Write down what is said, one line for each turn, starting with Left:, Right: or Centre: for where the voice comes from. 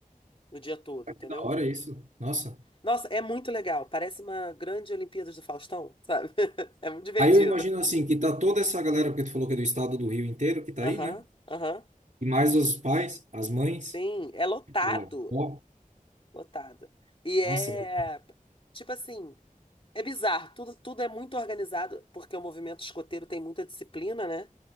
Left: no dia todo,
Right: Que
Left: entendeu?
Right: da hora isso. Nossa.
Left: Nossa, é muito legal. Parece uma grande Olimpíadas do Faustão, sabe? <laughs> É muito divertido.
Right: Aí eu imagino assim, que tá toda essa galera, porque tu falou que é do estado do Rio inteiro, que tá
Left: Aham,
Right: aí, né?
Left: aham.
Right: E mais os pais, as mães,
Left: Sim, é lotado,
Right: o avô.
Left: lotado. E é,
Right: Nossa. deve-
Left: tipo assim, é bizarro. Tudo, tudo é muito organizado, porque o movimento escoteiro tem muita disciplina, né?